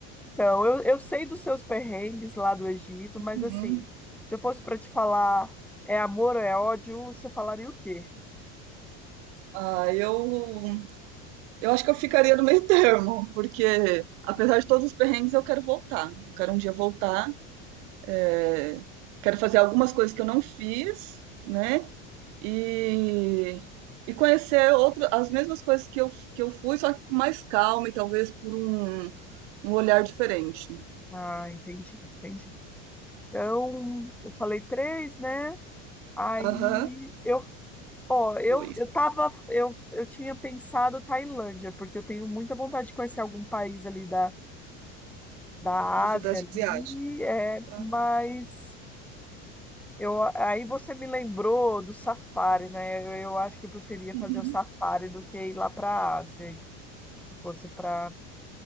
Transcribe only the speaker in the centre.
Então, eu, eu sei dos seus perrengues lá do Egito, mas
assim, se eu fosse para te falar é amor ou é ódio, você falaria o quê?
Ah, entendi, entendi. Então, eu falei três, né? Aí
eu, ó, eu,
eu tava, eu, eu tinha pensado Tailândia, porque eu tenho muita vontade de conhecer algum país ali da, da
Ásia ali,
é,
mas Eu, aí você me lembrou do safari, né? Eu, eu acho que eu preferia fazer
o safari do que ir lá para a Ásia, se fosse para